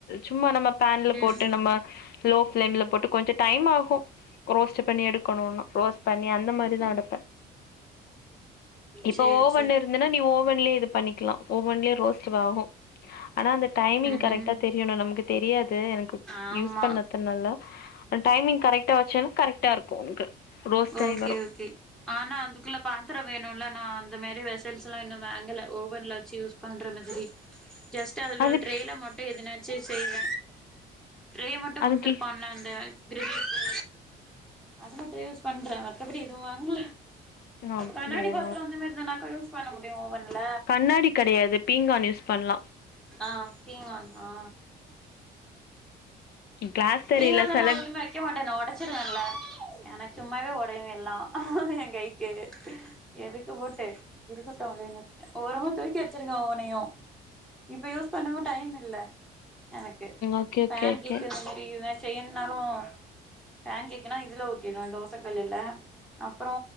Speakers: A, on the left; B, in the centre.
A: சும்மா நம்ம பேன்ல போட்டு
B: ம்
A: நம்ம லோ பேளேம்ல போட்டு கொஞ்ச டைம் ஆகு ரோஸ்ட் பண்ணி எடுக்கனுன்னா ரோஸ்ட் பண்ணி அந்த மாரி தா
B: ம்
A: எடுப்ப இப்ப
B: சேரி
A: ஓவன்
B: சேரி
A: இருந்துன்னா நீ ஓவன்லயே இது பண்ணிக்லா ஓவ்வொன்லியே ரோஸ்ட் வே ஆகு ஆனா அந்த டைமிங்
B: ம்
A: கரெக்டா
B: ம்
A: தெரியனு நமக்கு தெரியாது எனக்கு
B: ஆமா
A: யூஸ் பண்ண து நல்ல டைமிங் கரெக்டா வச்சோன்னா கரெக்டா இருக்கு உனக்கு ரோஸ்ட் ஆயி
B: ஓகே
A: வரு.
B: ஓகே ஆனா அதுக்குள்ள பாத்திரோ வேனுல்ல நா அந்த மேரி வசுல்ஸ்லா இன்னு வாங்கல ஓவன்ல வச்சி யூஸ் பண்ற மாதிரி ஜஸ்ட் அதுல
A: அது
B: ஒரு ட்ரெய்ல மட்டு எதுனாச்சு செய்வ ட்ரே மட்டு
A: அதுக்கு
B: குடுத்துருப்பான்ல அந்த கிர்லுக்கு அதுங் பேஸ் பண்ற மத்தபடி எதுவு வாங்கல
A: அப்டியா
B: கண்ணாடி பாத்திரோ அந்த மாரி இதுனாக்க யூஸ் பண்ண முடியு ஓவன்ல
A: கண்ணாடி கெடையாது பீங்கான் யூஸ் பண்லா
B: ஆ பீங்கானா
A: கிளாஸ் தெரில
B: பீங்கானெல்லா
A: செல
B: எதுமே வைக்க மாட்டே நா ஒடச்சிருவேல்ல ஏனா சும்மாவே ஒடையு எல்லா ஆ எ கைக்கு எதுக்கு போட்டு இருக்கட்டு அப்டினு வச்சுட்டே ஓரமா தூக்கி வச்சிருங்க அவனையு இப்ப யூஸ் பண்ணவு டைம் இல்ல எனக்கு
A: okay okay
B: பேன்
A: okay.
B: கேக் இந்த மாரி இதுனா செயின்னாலு பேன் கேக்னா இதுல ஊத்திருவே தோச கல்லுல அப்றோ